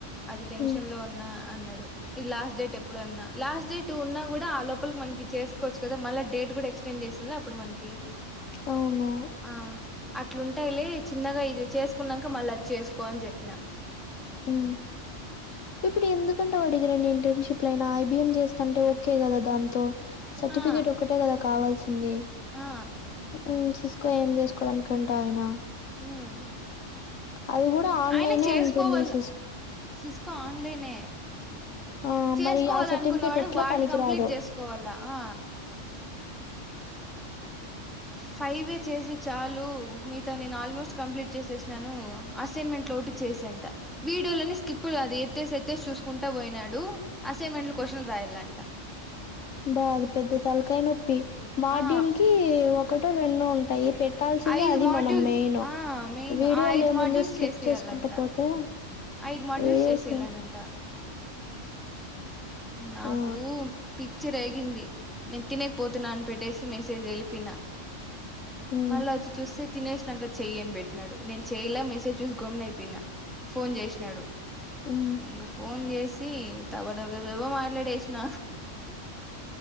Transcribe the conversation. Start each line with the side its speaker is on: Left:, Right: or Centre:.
Centre: అది టెన్షన్
Left: ఉమ్
Centre: లో ఉన్నా అన్నాడు ఇది లాస్ట్ డేట్ ఎప్పుడు అన్నా లాస్ట్ డేట్ ఉన్నా కూడా ఆ లోపలకి మనకి చేసుకోవచ్చు కదా మళ్ళ డేట్ కూడా ఎక్సచెంజ్ చేసింలా అప్పుడు మనకి
Left: అవును
Centre: ఆ అట్లుంటాయిలే చిన్నగా ఇది చేసుకున్నాక మళ్ళ అది చేసుకో అని చెప్పిన
Left: ఉమ్ ఇప్పుడు ఎందుకంట వాడికి రెండు ఇంటర్నషిప్ లైన ఐబిఎం చేస్తాంటే ఓకే కదా దాంతో సర్టిఫికెట్
Centre: ఆ
Left: ఒకటే కదా కావాల్సింది
Centre: ఆ
Left: ఇంక ఏం చేసుకోవడానికంట ఆయన
Centre: ఉమ్
Left: అది కూడా ఆన్
Centre: ఆయన
Left: లైనే
Centre: చేసుకోవల్ల
Left: ఓపెన్ చేసింది
Centre: సిస్కో ఆన్ లైనే
Left: ఆ
Centre: చేసుకోవాల
Left: మరి ఆ సర్టిఫికేట్
Centre: అనుకున్నవాడు
Left: ఎట్లా
Centre: వాడు
Left: పనికిరాదు
Centre: కంప్లీట్ చేసుకోవాలా ఆ ఫైవే చేసి చాలు మీగతా వి నేను ఆల్మోస్ట్ కంప్లీట్ చేసేసి నాను అసైన్మెంట్ లో ఒకటి చేసై అంట వీడియోలన్ని స్కిప్ లు అది ఎత్తేసి ఎత్తేసి చూసుకుంటా పోయినాడు అసైన్మెంట్ క్వశ్చలు రాయాలంట
Left: బాది పెద్ద తలకాయ నొప్పి మాడ్యూల్
Centre: ఆ
Left: కి ఒక ఒకక్కట రెన్నూ ఉంటాయి పెట్టాల్సిందే
Centre: ఐదు
Left: అది
Centre: మాడ్యూల్
Left: మనం మెయిన్
Centre: ఆ మెయిన్
Left: వీడియో
Centre: ఆ ఐదు
Left: లేముంది
Centre: మాడ్యూల్స్
Left: స్కిప్
Centre: చేసేయాలంట
Left: చేసుకుంట పోతే
Centre: ఐదు మోడ్రల్స్
Left: వీడియోస్
Centre: చేసే వెళ్ళడంట నాకు
Left: ఆ
Centre: పిచ్చరెగింది నేను తినకపోతున్నా అని పెట్టేసి మెసేజ్ వెలిపిన
Left: ఉమ్
Centre: మళ్ళీ వచ్చి చూస్తే తినేసాక చెయ్యిని పెట్టినాడు నేను చెయలా మెసేజ్ చూసి గమ్న అయిపోయినా ఫోన్ చేసినాడు
Left: ఉమ్
Centre: ఇంగ ఫన్ చేసి సి తబడబడబబ్బో మాట్లాడేసిన